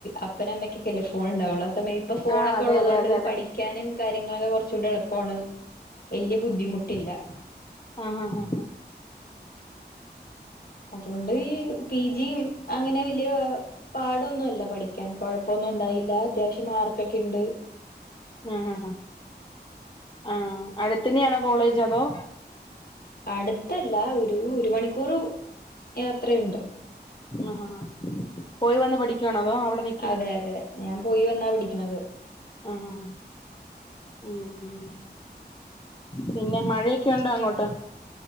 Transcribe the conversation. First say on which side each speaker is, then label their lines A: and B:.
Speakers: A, on the left (about 60°); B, on the left (about 30°).
A: അപ്പന് അമ്മക്കൊക്കെല്ലേ ഫോൺ ഉണ്ടാവുള്ളു <unintelligible> ഇപ്പൊ ഫോണൊക്കെ
B: ആഹ് അതെ
A: ഉള്ളത്
B: അതെ
A: കൊണ്ട്
B: അതെ അതെ
A: പഠി ക്കാനും കാര്യങ്ങളൊക്കെ കുറച്ചൂടെ എളുപ്പാണ് വലിയ ബുദ്ധിമുട്ടില്ല
B: ആഹ് ആഹ് ആഹ്
A: അതുകൊണ്ട് പി ജിയും അങ്ങനെ വലിയ പാടൊന്നുഅല്ല പഠി ക്കാൻ കുഴപ്പൊന്നുണ്ടായില്ല അത്യാവിശ്യം മാർക്കൊക്കെണ്ട്
B: ആ ആ ആ ആഹ് അടുത്ത് തന്നെയാണോ കോളേജ് അതോ
A: അടുത്തല്ല ഒരു ഒരു മണിക്കൂർ യാത്രയുണ്ട്
B: ആഹ ഹാ പോയി വന്ന് പഠിക്കുവാണോ അതോ അവിടെ നി
A: അതെ അതെ ഞാൻ പോയി വന്നാ പഠിക്ക്ണത്
B: ആഹാ ഹാ ഉം ഉം പിന്നെ മഴയൊക്കെ ഉണ്ടോ അങ്ങോട്ട്